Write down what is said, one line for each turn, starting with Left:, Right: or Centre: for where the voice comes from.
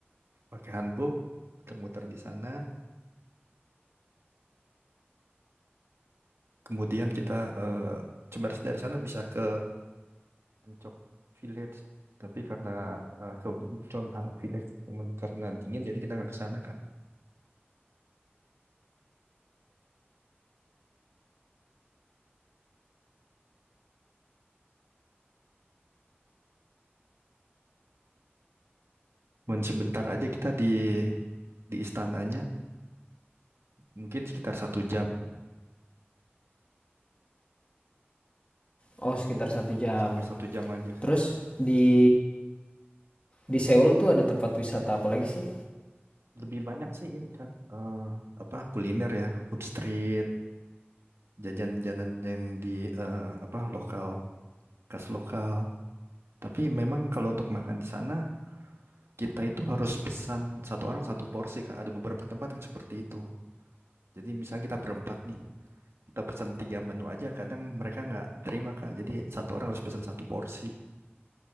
Right: pakai hanbok, muter-muter di sana. Kemudian kita eh, sebenarnya dari sana bisa ke Ancok Village. Tapi karena eh, ke Bucon Hanok Village, cuman karena dingin jadi kita nggak ke sana Kak. Cuman sebentar aja kita di di istananya, mungkin sekitar satu jam,
Left: Oh, sekitar satu jam.
Right: sekitar satu jam aja kak.
Left: Terus di di Seoul tuh ada tempat wisata apa lagi sih?
Right: Lebih banyak sih ini kak. Eh, apa kuliner ya, food street, jajan-jajanan yang di eh, apa lokal, khas lokal. Tapi memang kalau untuk makan di sana, kita itu harus pesan satu orang satu porsi kak. Ada beberapa tempat yang seperti itu. Jadi misalnya kita berempat nih, kita pesan tiga menu aja kadang mereka nggak terima kak jadi satu orang harus pesan satu porsi